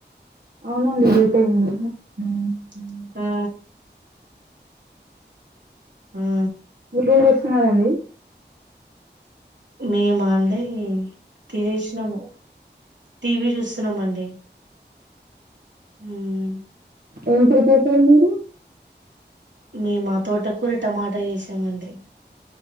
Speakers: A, on the right (about 55°); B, on the right (about 80°).
A: అవునండి లేట్ అయింది
B: ఉమ్ ఉమ్ ఆ ఆ
A: మీరెం చేస్తున్నారండి?
B: మేమా అండి తినేసినము, టీవీ చూస్తున్నామండి ఉమ్
A: ఏం కూర చేశారు మీరు?
B: మేమా తోటకూర టమాటా చేసామండి.